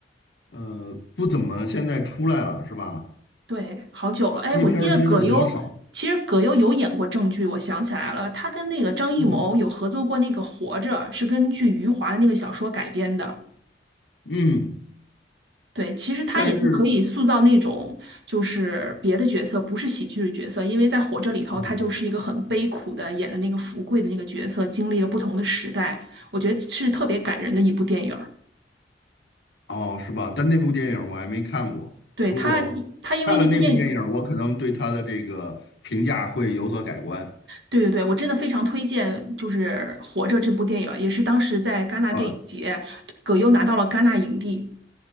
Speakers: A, on the left; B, on the right.
A: 呃不怎么现在出来了是吧？
B: 对，好久了。哎，
A: 接片儿接的比较少，
B: 我记得葛优，其实葛优有演过正剧，我想起来了，他跟那个张艺谋有合作过那个《活着》，
A: 嗯
B: 是根据余华的那个小说改编的。
A: 嗯，
B: 对，其实他也是可以塑造那种就是别的角色，
A: 但是
B: 不是喜剧的角色，因为在《活着》里头，
A: 嗯
B: 他就是一个很悲苦的演的那个福贵的那个角色，经历了不同的时代，我觉得是特别感人的一部电影。
A: 哦是吧？但那部电影我还没看过，
B: 对他，
A: 如果看了那部电影，
B: 他因为那部电影，
A: 我可能对他的这个评价会有所改观
B: 对对对，我真的非常推荐，就是《活着》这部电影，也是当时在戛纳电影节，
A: 啊
B: 葛优拿到了戛纳影帝。